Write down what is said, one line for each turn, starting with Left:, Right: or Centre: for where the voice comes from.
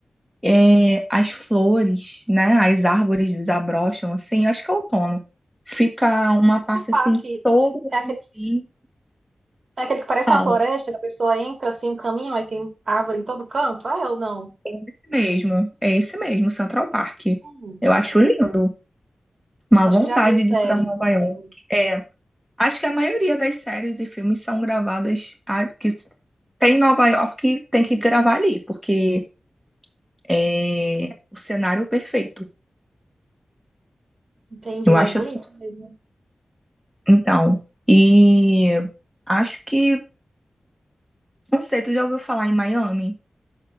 Centre: é, as flores, né? As árvores desabrocham, assim, acho que é outono. Fica uma parte
Right: o parque.
Centre: assim toda
Right: É aquele,
Centre: em
Right: é aquele que parece
Centre: pau.
Right: uma floresta, que a pessoa entra assim, um caminho, aí tem árvore em todo canto. Ah, eu não.
Centre: É esse mesmo, é esse mesmo, Central Park.
Right: Hum,
Centre: Eu acho lindo. Uma
Right: acho
Centre: vontade
Right: que já vi em série,
Centre: de ir para Nova
Right: no
Centre: York.
Right: filme.
Centre: É, Acho que a maioria das séries e filmes são gravadas a- que tem em Nova York, tem que gravar ali, porque é o cenário perfeito.
Right: Entendi,
Centre: Eu acho
Right: é bonito
Centre: assim.
Right: mesmo.
Centre: Então, e acho que, não sei, tu já ouviu falar em Miami?